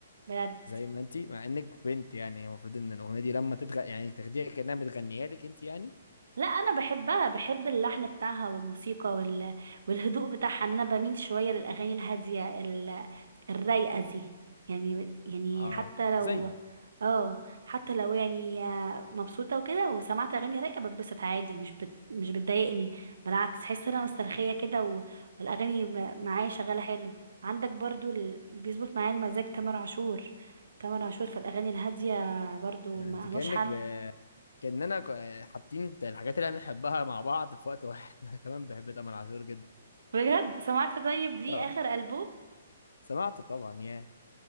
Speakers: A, on the right; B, on the left.
A: بجد
B: زي ما أنت مع إنك بنت يعني المفروض إن الأغنية دي لما تتغ يعني تاخديها كأنها متغنية لك أنت يعني
A: لا انا بحبها بحب اللحن بتاعها والموسيقى وال... والهدوء بتاعها ان انا بميل شويه للاغاني الهاديه ال... الرايقه دي يعني يعني
B: اه
A: حتى لو
B: زي
A: اه حتى لو يعني مبسوطه وكده وسمعت اغاني رايقه بتبسط عادي مش بت... مش بتضايقني بالعكس احس ان انا مسترخيه كده و... والاغاني م- معايا شغاله حلو عندك برضو اللي بيظبط معايا المزاج تامر عاشور تامر عاشور في الاغاني الهاديه برضو
B: يعني
A: ما
B: أنت كأنك
A: لهوش حل
B: ب... كأننا ك- حاطين الحاجات اللي إحنا بنحبها مع بعض في وقت واحد <laughs> أنا كمان بحب تامر عاشور جدا
A: بجد سمعت طيب ليه
B: آه.
A: اخر ألبوم
B: سمعت طبعا ياه